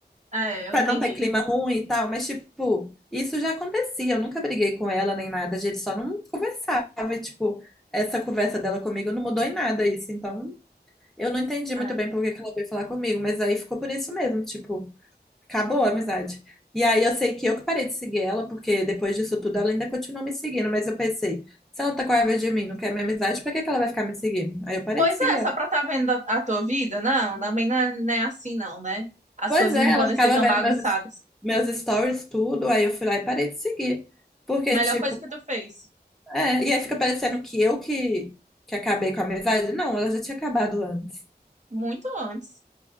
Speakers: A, on the right; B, in the centre.
A: É, eu
B: Pra
A: entendi.
B: não ter clima ruim e tal, mas tipo, isso já acontecia. Eu nunca briguei com ela nem nada, a gente só não conversava. E, tipo, essa conversa dela comigo não mudou em nada isso. Então, eu não entendi muito
A: É.
B: bem por que que ela veio falar comigo, mas aí ficou por isso mesmo, tipo, acabou a amizade. E aí eu sei que eu que parei de seguir ela, porque depois disso tudo ela ainda continuou me seguindo, mas eu pensei, se ela tá com raiva de mim, não quer minha amizade, por que que ela vai ficar me seguindo? Aí eu parei
A: Pois
B: de seguir
A: é, só pra tá vendo a, a tua vida, não, também não é, não é assim não, né? As
B: Pois
A: coisas
B: é,
A: não podem
B: ela ficava
A: ser tão
B: vendo
A: bagunçadas.
B: meus, meus stories, tudo, aí eu fui lá e parei de seguir. Porque,
A: Melhor
B: tipo,
A: coisa que tu fez,
B: é, e aí fica parecendo que eu que, que acabei com a amizade. Não, ela já tinha acabado antes.
A: muito antes.